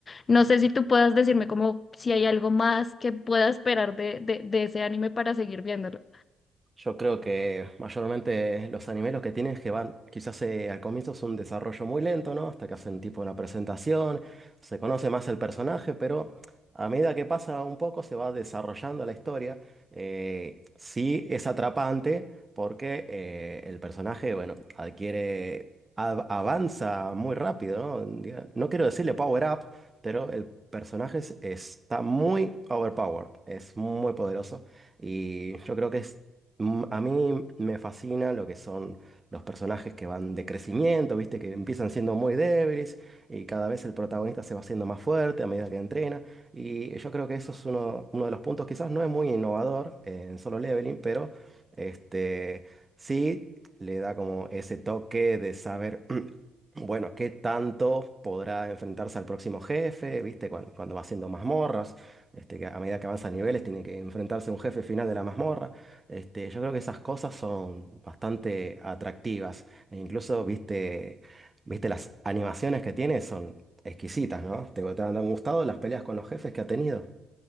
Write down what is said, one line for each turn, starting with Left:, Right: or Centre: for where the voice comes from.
Left: No sé si tú puedas decirme como si hay algo más que pueda esperar de, de, de ese anime para seguir viéndolo.
Right: Yo creo que mayormente los animes los que tienen es que van, quizás eh, al comienzo es un desarrollo muy lento, ¿no? Hasta que hacen tipo una presentación, se conoce más el personaje, pero a medida que pasa un poco se va desarrollando la historia. Eh, sí es atrapante porque eh, el personaje, bueno, adquiere, av- avanza muy rápido, ¿no? Un día- No quiero decirle power up, pero el personaje es- está muy overpowered, es muy poderoso. Y yo creo que es Mm, A mí me fascina lo que son los personajes que van de crecimiento, ¿viste? Que empiezan siendo muy débiles y cada vez el protagonista se va haciendo más fuerte a medida que entrena. Y yo creo que eso es uno, uno de los puntos, quizás no es muy innovador eh, en Solo Leveling, pero este, sí le da como ese toque de saber, <clears throat> bueno, qué tanto podrá enfrentarse al próximo jefe, ¿viste? Cuando, cuando va haciendo mazmorras, este, que a medida que avanza niveles tiene que enfrentarse a un jefe final de la mazmorra. Este, yo creo que esas cosas son bastante atractivas. E incluso, viste, viste las animaciones que tiene son exquisitas, ¿no? ¿Te, te han gustado las peleas con los jefes que ha tenido?